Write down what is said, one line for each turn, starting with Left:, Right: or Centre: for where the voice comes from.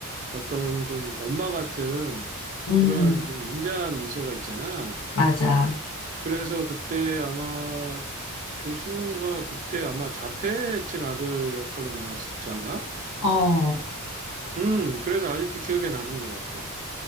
Right: 어떤 좀 엄마 같은
Left: 음,
Right: 그러한
Left: 음,
Right: 좀 인자 미소가 있잖아.
Left: 맞아.
Right: 그래서 그때 아마 조승우가 그때 아마 자폐증 아들 역할로 나왔었지 아마?
Left: 어.
Right: 음, 그래서 아직도 기억에 남는 것 같아.